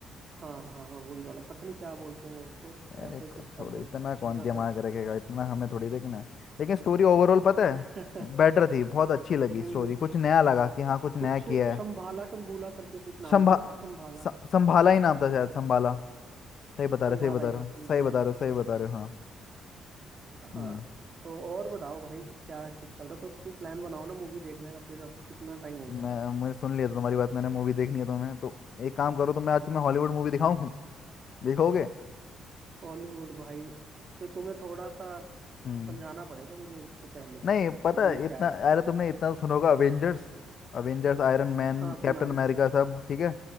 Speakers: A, on the right; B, on the left.
A: हाँ हाँ हाँ वही वाला पता नहीं क्या बोलते हैं वो उसको
B: अरे
A: ऐसा
B: प-
A: ही कुछ
B: छोड़ो
A: था वो
B: इतना
A: अच्छा
B: कौन
A: सा
B: दिमाग
A: था
B: रखेगा इतना हमें थोड़ी देखना है लेकिन स्टोरी ओवरऑल पता
A: <laughs>
B: है बेटर थी बहुत अच्छी लगी
A: हम्म
B: स्टोरी
A: हम्म।
B: कुछ नया लगा कि हाँ कुछ नया
A: कुछ
B: किया है
A: शंभाला शंभूला करके कुछ नाम
B: संभा
A: था ना उसका संभाला
B: स- संभाला ही नाम था शायद संभाला सही बता
A: संभाला
B: रहे सही बता
A: ही
B: रहे
A: था
B: हो
A: संभाला
B: सही बता
A: ही
B: रहे
A: था
B: हो सही बता रहे हो हाँ हम्म
A: हाँ तो और बताओ भाई क्या कुछ चल रहा है? कोई कोई प्लान बनाओ ना मूवी देखने का फिर अब कितना टाइम हो
B: मैं
A: गया
B: मैं सुन लिया था तुम्हारी बात मैंने मूवी देखनी है तुम्हें तो एक काम करो तो मैं आज तुम्हें हॉलीवुड मूवी दिखाऊं देखोगे
A: हॉलीवुड भाई फिर तुम्हें थोड़ा सा
B: हम्म
A: समझाना पड़ेगा मुझे उसके पहले
B: नहीं
A: उसके
B: पता
A: लिए
B: है, इतना
A: क्या है सर
B: अरे तुमने इतना तो सुना होगा Avengers Avengers Iron Man
A: हाँ
B: Captain
A: सुना है
B: America सब ठीक है